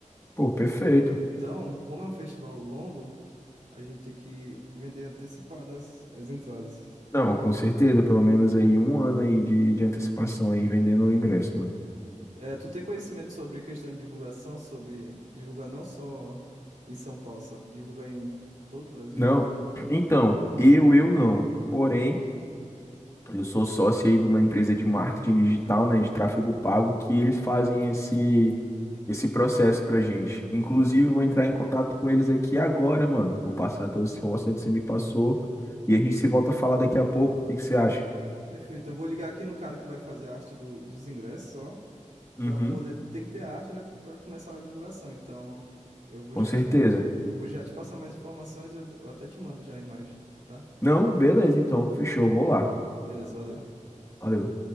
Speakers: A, on the left (about 20°); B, on the right (about 70°).
A: Pô, perfeito.
B: Então, como é um festival longo, a gente tem que vender antecipadas as as entradas.
A: Não, com certeza, pelo menos aí um ano aí de, de antecipação aí vendendo o ingresso, mano.
B: É, tu tem conhecimento sobre questão de divulgação, sobre divulgar não só em São Paulo, sabe? Divulgar em todo o Brasil?
A: Não, então, eu, eu não. Porém, Eu sou sócio aí de uma empresa de marketing digital, né, de tráfego pago, que eles fazem esse esse processo pra gente. Inclusive, eu vou entrar em contato com eles aqui agora, mano. Vou passar todas as informações que você me passou e a gente se volta a falar daqui a pouco. O que que você acha?
B: Perfeito. Eu vou ligar aqui no cara que vai fazer a arte do- dos ingressos só,
A: Uhum.
B: para poder, tem que ter a arte, né, para começar a divulgação. Então, eu vou
A: Com
B: já
A: certeza.
B: te vou já te passar mais informações, eu, eu até te mando já a imagem, tá?
A: Não, beleza, então. Fechou, vou lá.
B: Beleza, valeu.
A: Valeu.